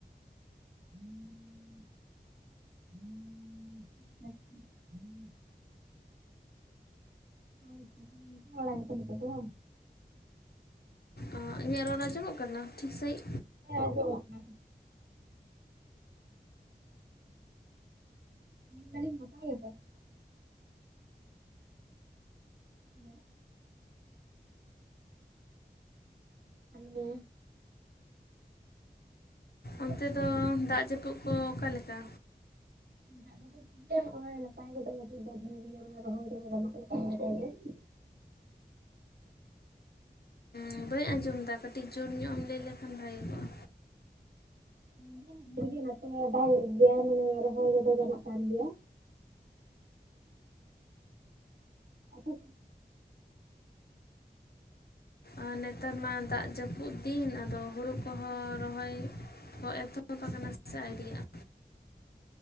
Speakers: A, on the right; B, on the left.
A: <inaudible> <inaudible> <unintelligible> ᱱᱟᱯᱟᱭ ᱵᱟᱲᱟ ᱜᱮᱛᱚ ᱱᱤᱛᱚᱜ ᱫᱚ?
B: ᱟᱸ ᱤᱧᱟᱹᱜ ᱨᱚᱲ ᱟᱸᱡᱚᱢᱚᱜ ᱠᱟᱱᱟ ᱴᱷᱤᱠ ᱥᱟᱹᱦᱤᱡ᱾
A: ᱦᱮᱸ ᱟᱸᱡᱚᱢᱚᱜ ᱠᱟᱱᱟ᱾ ᱢᱮᱱᱫᱟᱞᱤᱧ ᱱᱟᱯᱟᱭ ᱜᱮᱛᱚ? ᱦᱮᱞᱳ ᱦᱮᱞᱳ ᱦᱮᱞᱳ
B: ᱚᱱᱛᱮ ᱫᱚ ᱫᱟᱜ ᱡᱟᱹᱯᱩᱫ ᱠᱚ ᱚᱠᱟ ᱞᱮᱠᱟ?
A: ᱫᱟᱜ ᱡᱟᱹᱯᱤᱫ ᱦᱚᱜ ᱚᱭ ᱱᱟᱯᱟᱭ ᱜᱮ ᱰᱷᱮᱨ ᱨᱚᱦᱚᱭ <unintelligible>
B: ᱮᱸ ᱵᱟᱹᱧ ᱟᱸᱡᱚᱢ ᱮᱫᱟ ᱠᱟᱹᱴᱤᱡ ᱡᱳᱨ ᱧᱚᱜ ᱮᱢ ᱞᱟᱹᱭ ᱞᱮᱠᱷᱟᱱ ᱵᱷᱟᱜᱮ ᱠᱚᱜ-ᱟ᱾
A: ᱢᱮᱱ ᱫᱤᱧ ᱰᱷᱮᱨ ᱜᱮ ᱱᱚᱛᱮ ᱫᱟᱜ ᱮᱫ ᱜᱮᱭᱟ ᱢᱟᱱᱮ ᱨᱚᱦᱚᱭ ᱠᱚᱫᱚ ᱜᱟᱱᱚᱜ ᱠᱟᱱ ᱜᱮᱭᱟ᱾ ᱟᱪᱪᱷᱟ
B: ᱟᱨ ᱱᱮᱛᱟᱨ ᱢᱟ ᱫᱟᱜ ᱡᱟᱹᱯᱩᱫ ᱫᱤᱱ ᱟᱫᱚ ᱦᱩᱲᱩ ᱠᱚᱦᱚᱸ ᱨᱚᱦᱚᱭ ᱦᱚᱸ ᱮᱛᱚᱦᱚᱵ ᱟᱠᱟᱱᱟ ᱥᱮ ᱟᱹᱣᱨᱤᱭᱟᱜ-ᱟ?